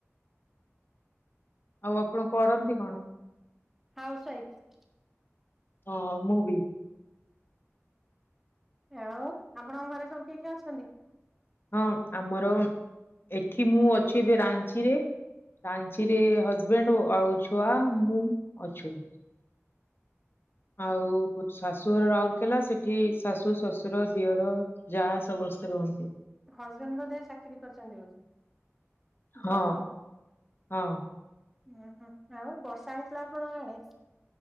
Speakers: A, on the left; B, in the centre.
A: ଆଉ ଆପଣ କରନ୍ତି କଣ?
B: Housewife.
A: ହଁ ମୁଁ ବି।
B: ଆଉ ଆପଣଙ୍କ ଘରେ ସବୁ କିଏ କିଏ ଅଛନ୍ତି?
A: ହଁ ଆମର, ଏଠି ମୁଁ ଅଛି ଏବେ ରାଞ୍ଚିରେ ରାଞ୍ଚିରେ ହଜବେଣ୍ଡ ଆଉ ଛୁଆ ମୁଁ ଅଛୁ। ଆଉ ଶାଶୁ ଘର ରାଉରକେଲା ସେଠି ଶାଶୁ ଶଶୁ ର, ଦିଅର ଯା ସମସ୍ତେ ରୁହନ୍ତି।
B: ହଜବେଣ୍ଡ ବୋଧେ ଚାକିରି କରିଛନ୍ତି ବୋଧେ?
A: ହଁ
B: ଜବ୍
A: ହଁ।
B: ହୁଁ ହୁଁ। ଆଉ ବର୍ଷା ହେଇଥିଲା ଆପଣଙ୍କ ଆଡେ?